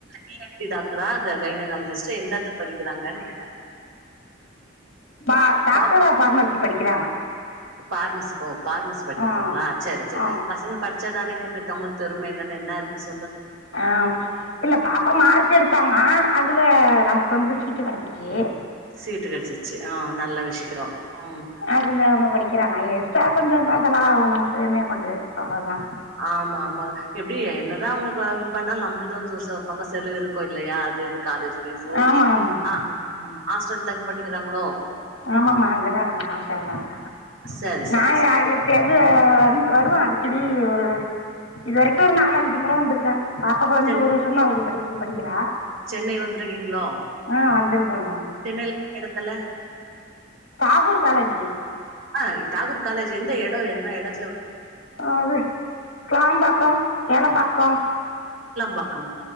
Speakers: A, on the right; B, on the left.
A: இ என் டி டாக்டரா. கைனகாலஜிஸ்ட்டா என்னத்த படிக்கிறாங்கன்னு கேட்ட.
B: பா டாக்டர்
A: டக்
B: ஆஃப் ஃபார்மசி படிக்கிறாங்க
A: பார்மசி பார்மசி படிக்கிறாங்களா
B: ஆ
A: சேரி சேரி
B: ஆ
A: பசங்க படிச்சாதானங்க. பெத்தவங்களுக்கு பெரும இல்லனா என்ன இருக்கு சொல்
B: ஆ இல்ல பாப்பா மார்க் எடுத்தாங்க அதுல நமக்கு வந்து சீட்டு கெடச்சிருக்கு. ஏ.
A: சீட்டு கெடச்சிச்சு ஆ நல்ல விஷயோ உம்.
B: அதுல அவங்க படிக்கிறாங்க எக்ஸ்ட்ரா தா கொஞ்சோதா செலவாகு நமக்கு மே கொண்டு அவ்ளோதா.
A: ஆமா ஆமா எப்டி என்னதா அவங்க பண்ணாலும் நம்மளுது வந்து ஒரு பக்கம் செலவு இருக்கு இல்லையா. இது காலேஜ்ஃபீஸ்சு
B: ஆமா ஆமா ஆமா
A: ஆ.
B: ஆமா
A: ஹாஸ்டல் தங்கி படிக்கிறாங்ளோ.
B: ஆமாமா அங்கதா ஹாஸ்டல்லதா இருக்காங்க.
A: சரி
B: நாய
A: சரி சரி
B: எப்பயாவுது வந்து வருவா அடிக்கடி. இப்டி ஒரு இது வரைக்கு ஒரு நாலு அஞ்சு மொற வந்துருக்க. பாப்பாக்கு வந்து
A: சென்
B: ஒரு வருஷோம்தா ஆகுது படி. ஜி படிக்கிறா.
A: சென்னை வந்திருக்கீங்களோ.
B: ஆ வந்திருக்கேங்க
A: சென்னையில எந்த எடத்துல.
B: தாகூர் காலேஜி.
A: ஆ தாகூர் காலேஜ் எந்த எடோ என்ன எடோ.
B: அது கேளம்பாக்கோ கேளபாக்கோ.
A: பாக்கம்.